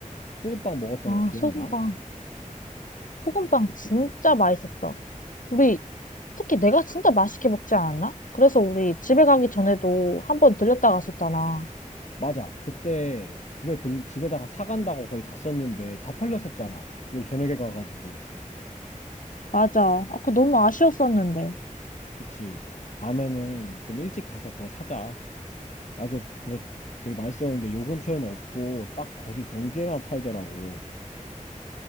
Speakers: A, on the left; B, on the left.
A: 소금빵 먹었던
B: 아,
A: 거 기억나?
B: 소금빵. 소금빵 진짜 맛있었어. 우리 특히 내가 진짜 맛있게 먹지 않았나? 그래서 우리 집에 가기 전에도 한번 들렸다 갔었잖아.
A: 맞아. 그때 집에 들, 집에다가 사간다고 거의 갔었는데 다 팔렸었잖아. 우리 저녁에 가가지고.
B: 맞아. 아, 그거 너무 아쉬웠었는데.
A: 그치. 다음에는 좀 일찍 가서 그거 사자. 나도 그거 되게 맛있었는데 요 근처에는 없고 딱 거기 경주에만 팔더라고.